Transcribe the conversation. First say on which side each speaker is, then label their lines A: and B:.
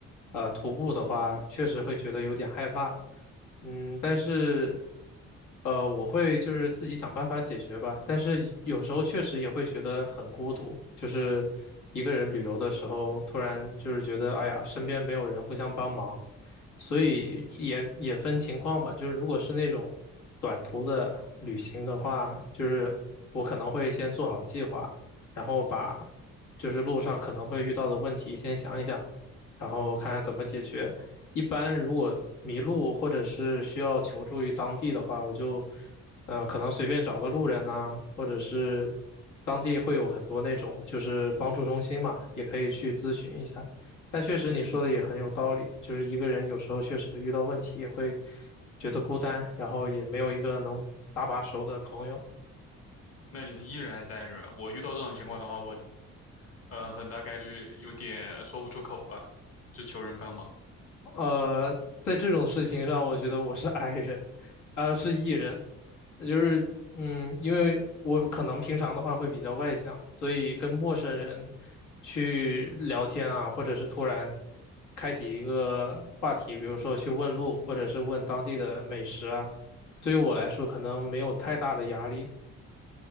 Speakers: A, on the left (about 75°); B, on the left (about 50°).
A: 呃徒步的话，确实会觉得有点害怕。嗯，但是呃，我会就是自己想办法解决吧。但是有时候确实也会觉得很孤独，就是一个人旅游的时候，突然就是觉得哎呀，身边没有人互相帮忙。所以也也分情况吧，就是如果是那种短途的旅行的话，就是我可能会先做好计划，然后把就是路上可能会遇到的问题先想一想，然后看看怎么解决。一般如果迷路或者是需要求助于当地的话，我就呃可能随便找个路人呐、或者是当地会有很多那种就是帮助中心嘛，也可以去咨询一下。但确实你说的也很有道理，
B: 嗯，
A: 就是一个人有时候确实遇到问题也会觉得孤单，然后也没有一个能搭把手的朋友。
B: 那你是 E 人还是 I 人啊我遇到这种情况的话，我呃很大概率有点说不出口吧，就求人帮忙。
A: 呃，在这种事情上，我觉得我是 <laughs> I 人，呃，是 E 人，那就是嗯，因为我可能平常的话会比较外向，所以跟陌生人去聊天啊，或者是突然开启一个话题，比如说去问路，或者是问当地的美食啊。对于我来说，可能没有太大的压力。